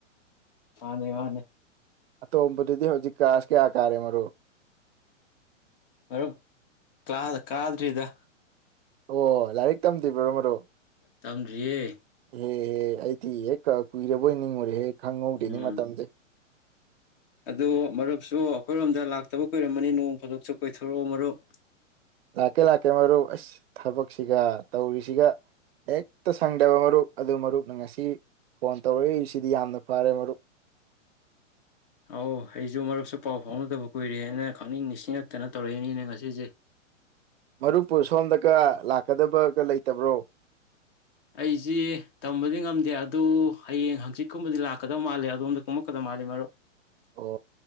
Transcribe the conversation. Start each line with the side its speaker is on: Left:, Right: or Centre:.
Left: ꯃꯥꯅꯦ ꯃꯥꯅꯦ
Right: ꯑꯇꯣꯝꯕꯗꯨꯗꯤ ꯍꯧꯖꯤꯛꯀꯥꯁ ꯀꯌꯥ ꯀꯥꯔꯦ ꯃꯔꯨ
Left: ꯃꯔꯞ ꯀ꯭ꯂꯥꯁ ꯀꯥꯗ꯭ꯔꯤꯗ
Right: ꯑꯣ ꯂꯥꯏꯔꯤꯛ ꯇꯝꯗ꯭ꯕ꯭ꯔꯣ ꯃꯔꯨꯞ
Left: ꯇꯝꯗꯔꯤꯌꯦ
Right: ꯍꯦꯍꯦ ꯑꯩꯗꯤ ꯍꯦꯛꯀ ꯀꯨꯏꯔꯕꯣꯏ ꯅꯤꯡꯉꯨꯔꯦ ꯍꯦꯛ ꯈꯪꯍꯧꯗꯦꯅꯤ
Left: ꯎꯝ
Right: ꯃꯇꯝꯗꯤ
Left: ꯑꯗꯨ ꯃꯔꯨꯞꯁꯨ ꯑꯩꯈꯣꯏꯔꯣꯝꯗ ꯂꯥꯛꯇꯕ ꯀꯨꯏꯔꯝꯃꯅꯤ ꯅꯣꯡ ꯐꯨꯗꯣꯛꯁꯨ ꯀꯣꯏꯊꯣꯔꯛꯑꯣ ꯃꯔꯨꯞ
Right: ꯂꯥꯛꯀꯦ ꯂꯥꯛꯀꯦ ꯃꯔꯨꯞ ꯑꯁ ꯊꯕꯛꯁꯤꯒ ꯇꯧꯔꯤꯁꯤꯒ ꯍꯦꯛꯇ ꯁꯪꯗꯕ ꯃꯔꯨꯞ ꯑꯗꯨ ꯃꯔꯨꯞꯅ ꯉꯁꯤ ꯐꯣꯟ ꯇꯧꯔꯛꯏꯁꯤꯗꯤ ꯌꯥꯝꯅ ꯐꯔꯦ ꯃꯔꯨꯞ
Left: ꯑꯥꯎ ꯑꯩꯁꯨ ꯃꯔꯨꯞꯁꯨ ꯄꯥꯎ ꯐꯥꯎꯅꯗꯕ ꯀꯨꯏꯔꯦ ꯍꯥꯏꯅ ꯈꯪꯅꯤꯡ ꯅꯤꯡꯁꯤꯡꯉꯛꯇꯅ ꯇꯧꯔꯛꯏꯅꯤꯅꯦ ꯉꯁꯤꯁꯦ
Right: ꯃꯔꯨꯞꯄꯨ ꯁꯣꯝꯗꯒ ꯂꯥꯛꯀꯗꯕꯒ ꯂꯩꯇꯕ꯭ꯔꯣ
Left: ꯑꯩꯁꯤ ꯇꯝꯕꯗꯤ ꯉꯝꯗꯦ ꯑꯗꯨ ꯍꯌꯦꯡ ꯍꯪꯆꯤꯠꯀꯨꯝꯕꯗꯤ ꯂꯥꯛꯀꯗ ꯃꯥꯜꯂꯦ ꯑꯗꯣꯝꯗ ꯀꯨꯝꯃꯛꯀꯗꯕ ꯃꯥꯜꯂꯦ ꯃꯔꯨꯞ
Right: ꯑꯣ